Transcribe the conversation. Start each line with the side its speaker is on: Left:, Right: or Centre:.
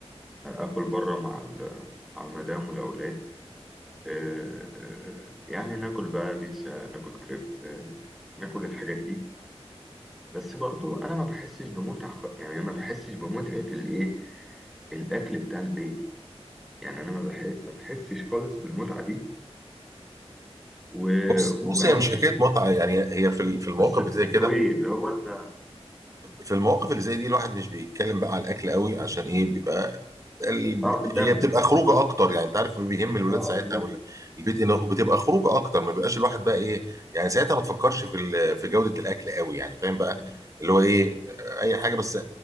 Centre: يعني اكل بره مع ال- مع المدام والاولاد آه، آه، يعني ناكل بقى بيتزا ناكل كريب آه، ناكل الحاجات دي بس برضو انا ما بحسش بمتعه خ- يعني أنا ما بحسش بمتعه الايه الاكل بتاع البيت يعني انا ما بح- ما بحسش خالص بالمتعه دي و-
Right: بص
Centre: وبحس
Right: بص هي مش حكايه
Centre: إن-
Right: متعه يعني هي في ال- في المواقف
Centre: بس التيك
Right: اللي زي كده
Centre: اواي اللي هو انت
Right: في المواقف اللي زي دي الواحد مش بيتكلم بقى على الاكل قوي عشان ايه بيبقى ال...
Centre: اه اللمه
Right: هي بتبقى خروجه اكتر يعني انت عارف بيهم الولاد
Centre: اه
Right: ساعتها
Centre: اللمه
Right: ولا البيت انه بتبقى خروجه اكتر ما بيبقاش الواحد بقى ايه يعني ساعتها ما تفكرش في ال... في جوده
Centre: مم.
Right: الاكل قوي يعني فاهم بقى
Centre: مم.
Right: اللي هو ايه اي حاجه بس